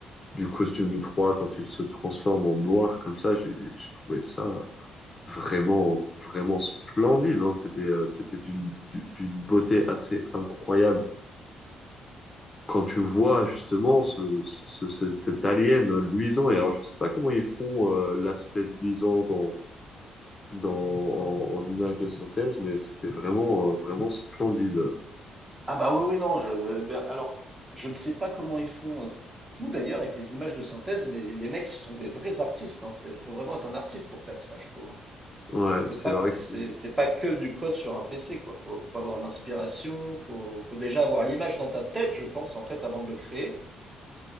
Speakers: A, on the left; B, on the right.
A: du costume du 3 quand il se transforme en noir comme ça. J'ai j'ai trouvé ça vraiment, vraiment splendide. hein. C'était, euh, c'était d'une, du- d'une beauté assez incroyable. Quand tu vois justement ce, ce, ce- ce- cet alien luisant, et alors je sais pas comment ils font euh, l'aspect luisant dans, dans, en, en image de synthèse, mais c'était vraiment, euh, vraiment splendide.
B: Ah bah oui, oui, non, je, eh ben, alors, je ne sais pas comment ils font euh, tout d'ailleurs avec les images de synthèse, mais les mecs sont des vrais artistes, hein. C'est- faut vraiment être un artiste pour faire ça, je trouve. hein.
A: Ouais,
B: C'est
A: c'est
B: pas,
A: vrai
B: c'est,
A: que c'est
B: c'est pas que du code sur un PC, quoi. Faut, faut avoir l'inspiration, faut, faut déjà avoir l'image dans ta tête, je pense, en fait, avant de le créer.